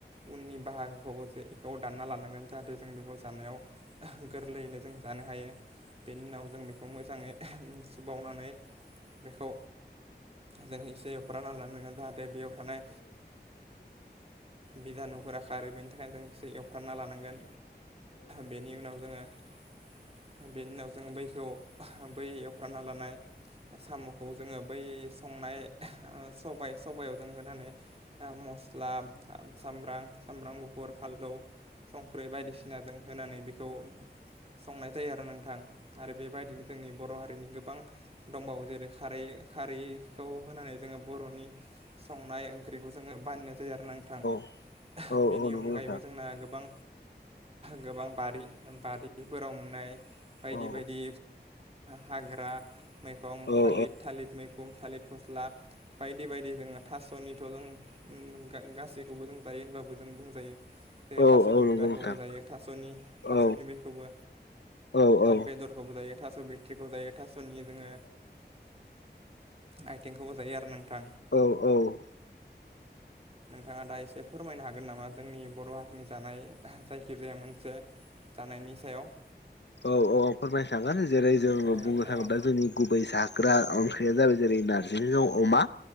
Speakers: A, on the right; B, on the left.
A: उननि बाहागोखौ जे बेखौ दानना लानांगोन जाहाथे जों बेखौ जानायाव गोरलैयैनो जों जानो हायो बेनि उनाव जों बेखौ मोजाङै सुबुबावनानै बेखौ जों एसे एवफ्राना लानांगोन जाहाथे बेयाव थानाय बिजानुफोरा खारो बेनि थाखायनो जोंसे एवफ्रामना लानांगोन बेनि उनाव जोङो बेनि उनाव जों बैखौ बैयाव एवफ्राना लानाय साम'खौ जोङो बै संनाय ओ सबाय सबायाव जों होनानै मस्ला, सामब्रां, सामब्राम गुफुर, फानलौ संख्रि बायदिसिना जों होनानै बेखौ संनाय जायो आरो नोंथां आरो बेबायदिनो जोंनि बर' हारिनि गोबां दंबावो जेरै खारै खारैखौ होनानै जोङो बर'नि संनाय ओंख्रिखौ जोङो बाननाय जायो आरो नों थां
B: औ
A: बेनि
B: औ नंगौ
A: अनगायैबो
B: नोंथां
A: जोंना गोबां गोबां बारि बारिफोराव मोननाय बायदि
B: औ औ
A: बायदि हाग्रा मैगं थालिर
B: औ
A: थालिर मैखुं, थालिर फस्ला बायदि बायदि जोङो थास'निथ' जों ओं गा खौबो जों जायोब जों बुंजायो जेरै
B: औ
A: थास'नि
B: औ
A: बिबारखौबो
B: नंगौ नोंथां
A: जायो थ थास'नि
B: औ
A: बेखौ बो
B: औ औ
A: बेदरखौबो जायो, थास' बिथट्रिखौ जायो थास'नि जोङो आइटेंखौबो जायो आरो नोंथां
B: औ औ औ
A: नोंथाङा दा एसे फोरमायनो हागोन नामा जोंनि बर' हारिनि जानाय जायखिजाया मोनसे जानायनि सायाव।
B: औ औ फोरमायनो थांब्लानो जेरै जोंङो
A: औ नोंथां
B: बुंनो थाङोब्ला
A: औ
B: जोंनि गुबै जाग्रा ओं ख्रिया जाबाय जेरै नारजि जों अमा।